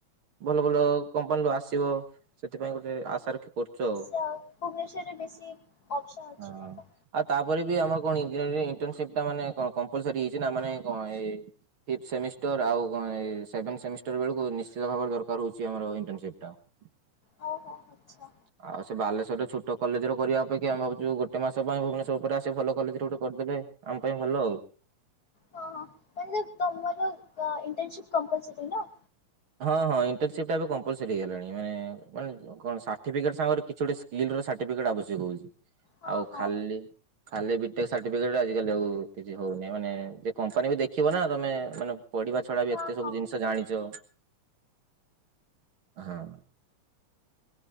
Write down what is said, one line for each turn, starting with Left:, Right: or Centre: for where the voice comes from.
Right: ଭଲ ଭଲ କମ୍ପାନୀରୁୁ ଆସିବ ସେଥିପାଇଁ ଗୋଟେ ଆଶା ରଖି କରୁଚୁ ଆଉ।
Left: <unintelligible> ଭୁବନେଶ୍ୱରରେ ବେଶୀ ଅପସନ୍ ଅଛି
Right: ହଁ।
Left: ନା ତ
Right: ଆଉ ତାପରେ ବି ଆମର କଣ ଇଜୟ ଇଣ୍ଟନସିପ୍ ଟା ମାନେ କଣ କମ୍ପଲସରି ହେଇଛି ନା ମାନେ କଣ ଏଇ ଫିପ୍ଥ ସେମିଷ୍ଟର ଆଉ କଣ ଏଇ ସେଭେନ୍ ସେମିଷ୍ଟର ବେଳକୁ ନିଶ୍ଚିତ ଭାବରେ ଦରକାର ହୋଉଚି ଆମର ଇଣ୍ଟର୍ନସିପ୍ ଟା। <unintelligible>
Left: ହଉ ହଉ ଆଚ୍ଛା।
Right: ଆଉ ସେ ବାଲେଶ୍ୱରରେ ଛୁଟ କଲେଜରେ କରିବା ଅପେକ୍ଷା ଆମେ ଭାବୁ ଚୁ ଗୋଟେ ମାସ ପାଇଁ ଭୁବନେଶ୍ୱର ଉପରେ ଆସି ଭଲ କଲେଜରେ ଗୋଟେ କରିଦେଲେ ଆମ ପାଇଁ ଭଲ ଆଉ।
Left: ହଁ ହଁ ମାନେ ତମର କ ଇଣ୍ଟର୍ନସିିପ୍ କମ୍ପଲସରି ନା?
Right: ହଁ ହଁ ଇଣ୍ଟର୍ନସିପ୍ ଟା ଏବେ କମ୍ପଲସରି ହେଇଗଲାଣି ମାନେ ମାନେ କଣ ସାର୍ଟିଫିକେଟ <inaudible> କିଛି ଗୋଟେ ସ୍କିଲ ସାର୍ଟିଫିକେଟ ଆବଶ୍ୟକ ହଉଚି
Left: ହଁ
Right: ଆଉ
Left: ହଁ
Right: ଖାଲି ଖାଲି ବି ଟେକ୍ ସାର୍ଟିଫିକେଟ ରେ ଆଜି କାଲି ଆଉ କିଛି ହଉନି ମାନେ ସେ କମ୍ପାନୀ ବି ଦେଖିବ ନା ତମେ ମାନେ ପଢିବା ଛଡା
Left: ହଁ
Right: ବି ଏତେ ସବୁ
Left: ହଁ
Right: ଜିନିଷ ଜାଣିଚ। ହଁ।